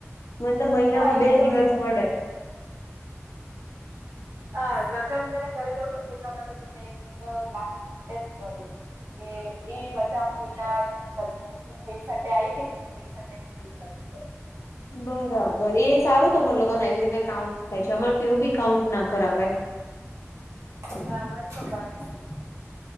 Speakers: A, on the left; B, on the right.
A: મને તો મહિનામાં
B: હા એ
A: બે
B: તો
A: દિવસ
B: છે.
A: મળે.
B: અ રક્ષાબંધન ને ઘરે જઉં તું, ને એટલા માટે મે એક લાસ્ટ સન્ડે ભર્યો. કે એ રજા હું અહિયાં યુઝ કરી શકું હું, એક સન્ડે આ હતીને એક સન્ડે થી લીવ લઈ શકું.
A: બરાબર એ સારું તમારા લોકોને આવી રીતે કાઉન્ટ થાય છે, અમાર તો એવું બી કાઉન્ટ ના કરાવાય.
B: ના અમાર તો. <unintelligible>